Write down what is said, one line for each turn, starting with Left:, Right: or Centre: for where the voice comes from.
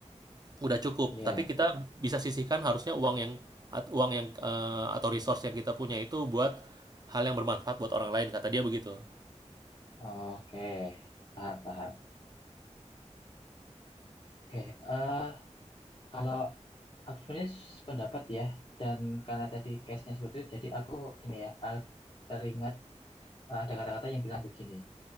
Right: Udah cukup,
Left: iya.
Right: tapi kita bisa sisihkan harusnya uang yang at- uang yang eh, atau resource yang kita punya itu buat hal yang bermanfaat buat orang lain kata dia begitu.
Left: Oke, paham, paham. Oke, eh kalau aku sebenarnya pendapat ya, dan karena tadi case-nya seperti itu, jadi aku ini ya, eh, teringat eh, ada kata-kata yang bilang begini.